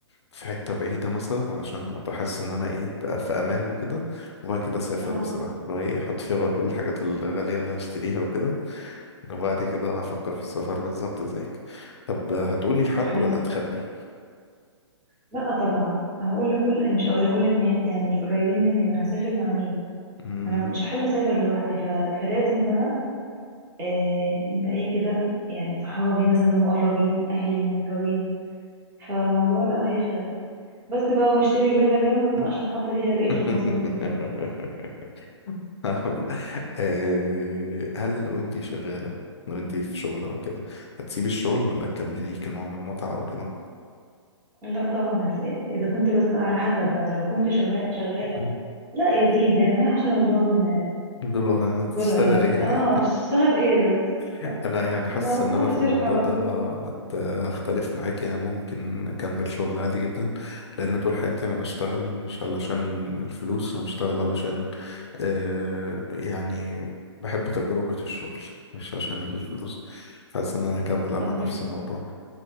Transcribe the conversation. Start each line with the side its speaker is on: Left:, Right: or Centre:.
Left: في حتة بعيدة مثلا علشان ابقى حاسس ان انا ايه بقى في امان وكده وبعد كده اسافر
Right: اه
Left: بصراحة لو ايه احط فيها بقى كل الحاجات الغالية اللي هشتريها وكده وبعد كده افكر في السفر بالظبط زيك طب آه، هتقولي لحد
Right: طب حلو
Left: ولا هتخبي
Right: لا طبعا هقول لكل مش هقول لكل الناس يعني القريبين مني ما انا هسافر مع مين
Left: مم.
Right: انا مش هحب اسافر لوحدي ف... فلازم بقى آه نبقى ايه كده يعني صحابي مثلا المقربين اهلي المقربين فالموضوع لا هيفرق بس بقى واشتري فيلا جنبك بقى
Left: مم.
Right: عشان احط فيها بقية ال
Left: <laughs>
Right: 500 مليون دول
Left: <laughs> فاهم؟ آه، هل لو انتي شغالة لو انتي في شغل او كده هتسيبي الشغل ولا تكملي كنوع من المتعة او كده
Right: لا طبعا هس- اذا كنت بس على حسب بقى لو كنت شغاله شغاله
Left: <clears throat>
Right: لا يا سيدي انا معايا 10 مليون
Left: دولار انا تشتغل
Right: دولار يعني
Left: ايه يعني
Right: اه اشتغل ايه بس
Left: <laughs> انا يعني حاسس
Right: انا بس
Left: ان
Right: صاحب
Left: انا
Right: الشركة
Left: في الموضوع
Right: على
Left: ده
Right: طول
Left: آه، هت- هختلف معاك يعني ممكن اكمل شغل عادي جدا لان طول حياتي انا بشتغل مش علشان الفلوس انا بشتغل علشان آه يعني بحب تجربة الشغل مش عشان الفلوس فحاسس ان انا هكمل اعمل
Right: طب ما
Left: نفس
Right: ف-
Left: الموضوع